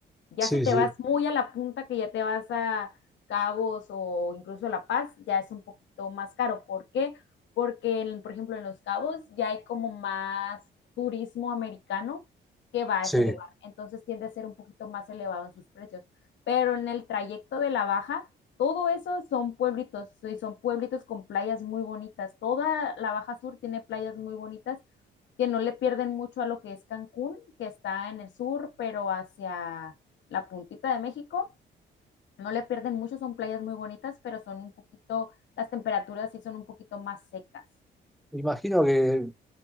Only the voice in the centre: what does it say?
sí,
sí,
sí.
Imagino que